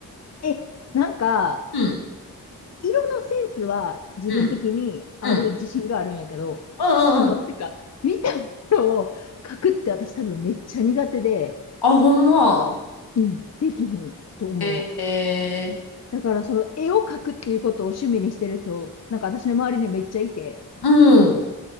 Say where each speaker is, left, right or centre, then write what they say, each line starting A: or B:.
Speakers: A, on the left (about 45°); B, on the left (about 85°).
A: え、なんか、
B: うん、
A: 色のセンスは自分的にある自信があるんやけど、
B: うん、うん。うんうんうん。
A: その、なんか、見たものを書くって私多分めっちゃ苦手で、
B: あ、ほんま。
A: うん。できひんと思う。
B: え
A: だからその絵を描くっていうことを趣味にしてる人、なんか私の周りにめっちゃいて、
B: ー、うん。